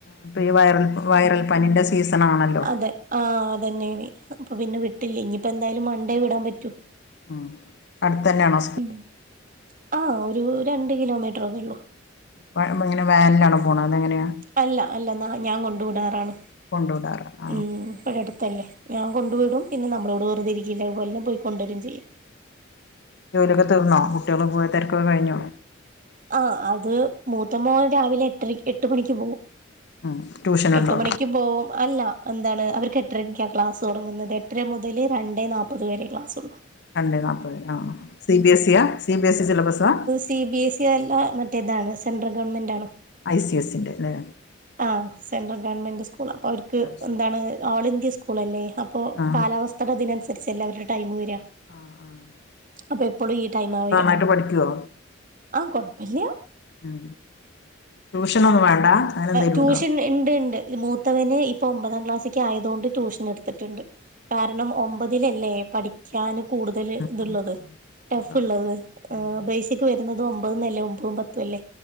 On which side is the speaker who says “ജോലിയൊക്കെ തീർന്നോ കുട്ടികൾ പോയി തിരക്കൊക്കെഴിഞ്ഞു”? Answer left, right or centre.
Left